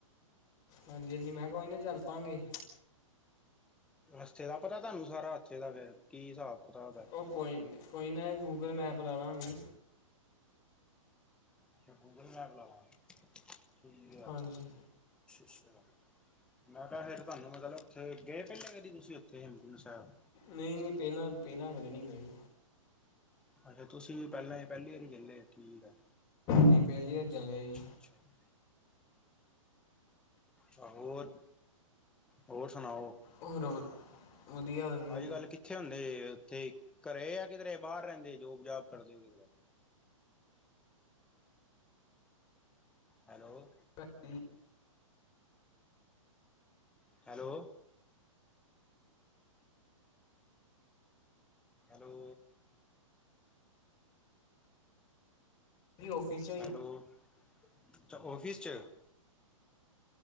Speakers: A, on the left; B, in the centre.
A: ਹਾਂਜੀ-ਹਾਂਜੀ ਮੈਂ ਕੇਆ ਕੋਨੀ ਚੱਲ ਪਾਂਗੇ
B: ਰਸਤੇ ਦਾ ਪਤਾ ਧਾਨੂੰ ਸਾਰਾ ਓਥੇ ਦਾ ਕੀ ਹੀਸਾਬ ਕੀਤਾਬ ਆ।
A: ਉਹ ਕੋਈ ਕੋਈ ਨਾ ਗੂਗਲ ਮੈਪ ਲਾ ਲਾਗੇ।
B: ਅੱਛਾ ਗੂਗਲ ਮੈਪ ਲਾਲਾਂਗੇ ਠੀਕ ਆ
A: ਹਾਂਜੀ
B: ਅਛਾ, ਛਾ। ਮੈਂ ਕੇਆ ਫੇਰ ਧਾਨੂੰ ਮਤਲਬ ਓਥੇ ਗਏ ਪੈਲੇ ਕਾਦੀ ਤੁਸੀਂ ਓਥੇ ਹੇਮਕੁੰਟ ਸਾਹਿਬ?
A: ਨਈ-ਨਈ ਪੈਲਾਂ, ਪੈਲਾਂ ਕਦੀ ਨੀ ਗਏ।
B: ਅੱਛਾ ਤੁਸੀਂ ਪੈਲਾਂ ਪੈਲੀ ਵਾਰੀ ਚਲੇ, ਠੀਕ ਆ।
A: ਜ ਪੇਲੀ ਆਰ ਚੱਲੇ ਆ ਜੀ।
B: ਅੱਛਾ ਹੋਰ, ਹੋਰ ਸੁਣਾਓ?
A: ਹੋਰ ਵਧੀਆ ਵਧੀਆ
B: ਅੱਜ-ਕੱਲ ਕੀਥੇ ਹੁੰਦੇ ਜੇ ਓਥੇ ਘਰੇ ਆ ਕੀਦਰੇ ਬਾਰ ਰੈਦੇ ਜੋਬ-ਜਾਬ ਕਰਦੇ ਓ ਕੀਦਰੇ? ਹੈਲੋ।
A: ਜੀ
B: ਹੈਲੋ। ਹੈਲੋ।
A: ਕੀ ਔਫੀਸ ਚ
B: ਹੈਲੋ, ਅੱਛਾ ਔਫੀਸ ਚ,